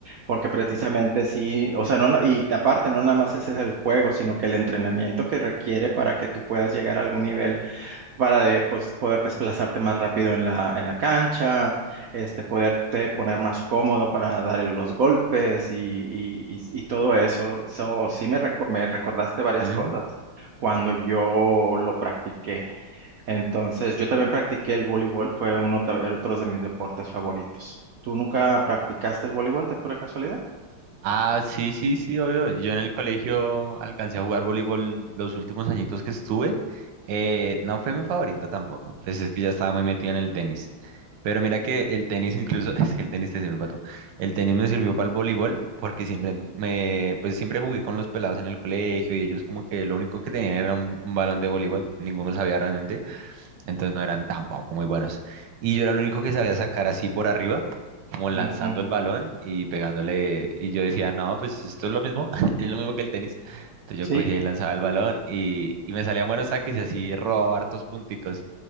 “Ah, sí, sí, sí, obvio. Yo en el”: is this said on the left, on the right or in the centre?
Right